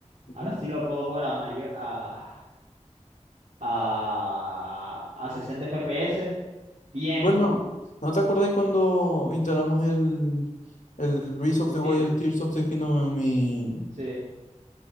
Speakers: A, on the left; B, on the right.
A: ujú.
B: ahora sí lo puedo jugar a mayor a, a, a 60 FPS. Bien.
A: Bueno, ¿no te acordáis cuando instalamos el, el Breath of
B: El
A: the
B: Tears.
A: Wild Tears of the Kingdom en mi...
B: Sí,